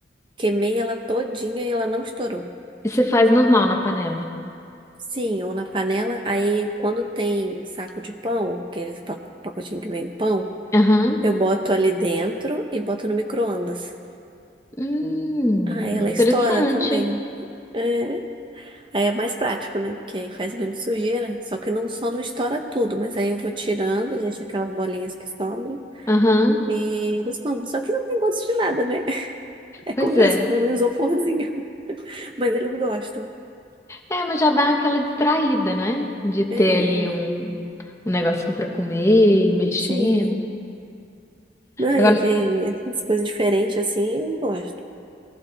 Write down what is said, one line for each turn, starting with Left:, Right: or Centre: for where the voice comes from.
Right: Queimei ela todinha e ela não estourou.
Left: E você faz normal na panela?
Right: Sim, ou na panela. Aí, quando tem saco de pão, aqueles pa- pacotinho que vem pão,
Left: Aham.
Right: eu boto ali dentro e boto no micro-ondas.
Left: Hum,
Right: Aí
Left: interessante.
Right: ela estoura também. É. Aí é mais prático, né? Porque aí faz menos sujeira. Só que não só não estoura tudo, mas aí eu vou tirando, deixo aquelas bolinhas que sobram
Left: Aham.
Right: e eles comem. Só que não tem gosto de nada, né? <laughs> É como
Left: Pois
Right: se
Left: é.
Right: eu estivesse comendo um isoporzinho. <laughs> Mas eles gostam.
Left: É, mas já dá aquela distraída, né? De ter
Right: É,
Left: ali um, um negocinho pra comer, e mexendo.
Right: sim. Não,
Left: Agora,
Right: e que- as coisas diferentes assim, eu gosto.